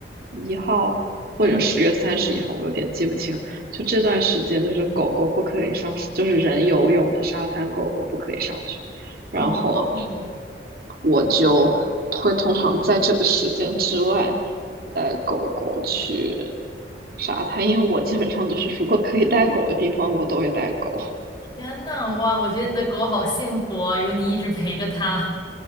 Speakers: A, on the right; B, on the left.
A: 一号或者十月三十一号，
B: 嗯
A: 我有点记不清。就这段时间，就是狗狗不可以上，就是人游泳的沙滩，狗狗不可以上去。然后
B: 哦，
A: 我就会通常在这个时间之外带狗狗去沙滩，因为我基本上就是如果可以带狗的地方，我都会带狗。
B: 天呐，哇，我觉得你的狗好幸福啊，有你一直陪着它。